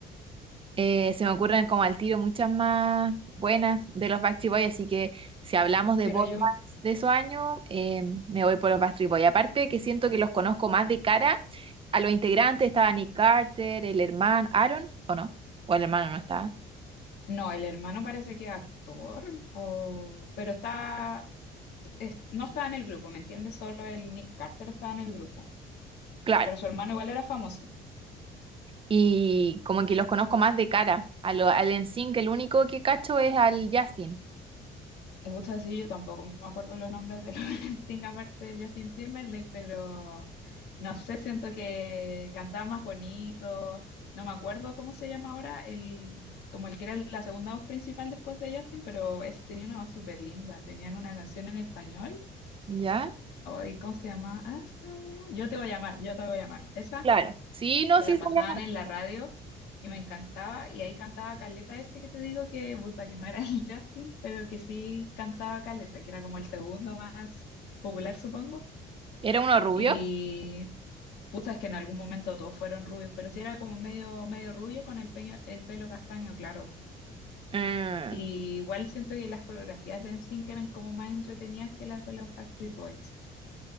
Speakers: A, on the right (about 30°); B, on the left (about 75°).
A: Eh, se me ocurren como al tiro muchas más buenas de los Backstreet Boys, así que si hablamos de
B: Pero
A: boy
B: yo,
A: bands de esos años, eh, me voy por los Backstreet Boys. Aparte que siento que los conozco más de cara a los integrantes, estaba Nick Carter, el hermano, Aaron, ¿o no? O el hermano no estaba.
B: no, el hermano parece que es actor, o, pero está, es- no estaba en el grupo, ¿me entiendes? Solo el Nick Carter estaba en el grupo,
A: Claro.
B: pero su hermano igual era famoso.
A: Y como que los conozco más de cara a lo, al NSYNC, el único que cacho es al Justin,
B: Gusta decir yo tampoco me acuerdo los nombres de los <laughs> Sting aparte de Justin Timberlake, pero no sé, siento que cantaba más bonito, no me acuerdo cómo se llama ahora, el, como el que era la segunda voz principal después de Justin, pero ese tenía una voz súper linda, tenían una canción en español,
A: ¿ya?
B: ay, ¿cómo se llama? Hasta allá, yo te voy a llamar, yo te voy a llamar, esa
A: Claro. Sí, no,
B: que
A: sí,
B: la pasaban
A: sabía.
B: en la radio y me encantaba. Y ahí cantaba Caleta ese que te digo que, puta, que no era <laughs> el Justin, pero que sí cantaba Caleta, que era como el segundo más popular, supongo.
A: era uno rubio.
B: Y puta, es que en algún momento todos fueron rubios, pero sí era como medio, medio rubio con el, peño- el pelo castaño, claro.
A: Mm.
B: Y igual siento que las coreografías de NSYNC eran como más entretenidas que las de los Backstreet Boys.